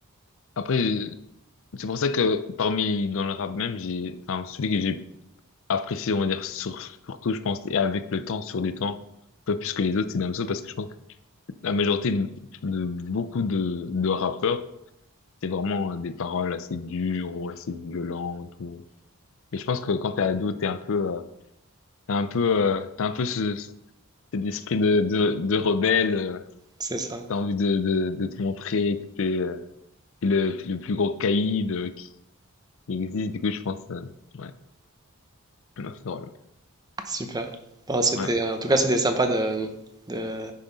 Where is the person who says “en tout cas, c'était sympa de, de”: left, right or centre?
Right